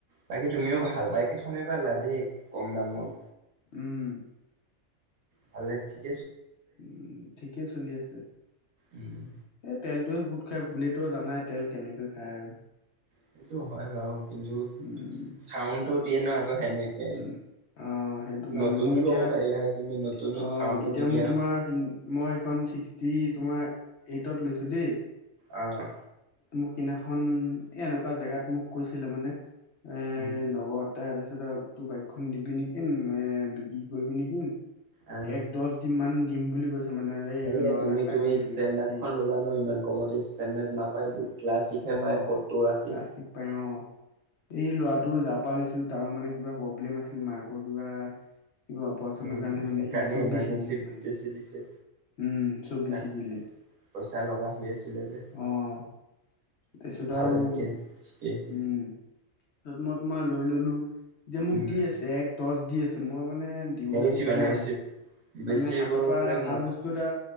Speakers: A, on the right (about 85°); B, on the left (about 60°).
A: বাকী তুমিও ভাল বাইক এখনে পালা দেই! কম দামত।
B: উম!
A: ভালে, ঠিক।
B: উম, ঠিকেই চলি আছে।
A: উম,
B: তেলটোৱে বহুত খায়। বুলেটৰ জানাই, তেল কেনেকৈ খায় আৰু।
A: সেইটো হয় বাৰু। কিন্তু,
B: উম।
A: চাউণ্ডটো দিয়ে ন' আকৌ সেনেকে।
B: উম, অ'! সেইটো কাৰণে।
A: নতুনো
B: মোৰ এতিয়া,
A: ল'ব পাৰিলা হয় কিন্তু নতুনত
B: অ'!
A: চাউণ্ডটো
B: এতিয়া
A: নিদিয়া,
B: মোৰ তোমাৰ মই এইখন ছিক্সটি তোমাৰ এইটত লৈছোঁ দেই।
A: অ'!
B: মোৰ সিনাখন এ, এনেকুৱা জেগাত মোক কৈছিলে মানে এ,
A: উম।
B: লগৰ এটাই, তাৰপিছত আৰু এইখন দিবি নেকি? এ, বিক্ৰী কৰিবি নেকি?
A: অ',
B: এক, দহ, দিন মান দিম বুলি কৈছে। মানে এই
A: সেয়ে,
B: ল'ৰা
A: তুমি
B: এটাক লাগে
A: তুমি ষ্টেণ্ডাৰ্ডখন
B: বি এছ টি
A: ল'লা নহয় ইমান কমতে! ষ্টেণ্ডাৰ্ড নাপাইতো। ক্লাছ ছিকসে
B: অ'।
A: পায় সত্তৰ, আশি।
B: প্লাষ্টিক পাই অ'। এই ল'ৰাটো, যাৰ পৰা লৈছিলোঁ। তাৰ মানে, কিবা প্ৰব্লেম আছিল। মাকৰ কিবা কিবা অপাৰেচনৰ
A: উম,
B: কাৰণে মানে,
A: সেইকাৰণে
B: সি চব
A: ইমাৰ্জেঞ্চি
B: বেছি দিলে মানে।
A: বেছি দিছে,
B: উম, চব
A: তাক
B: বছি দিলে।
A: পইচা লগা হৈ আছিলে যে।
B: অ'! তাৰপিছত
A: ভাল
B: আৰু উম!
A: দিয়া ঠিকেই
B: তাৰপিছত মই তোমাৰ লৈ ললোঁ। যে, মোক
A: উম
B: দি আছে, এক, দহ দি আছে। মই মা মানে, দিব
A: নেবেচিবা
B: খোজা
A: নেবেচিবা
B: নাই।
A: বেচিবলে
B: মানে, হাতৰ পৰা ভাল
A: মোক
B: বস্তু এটা,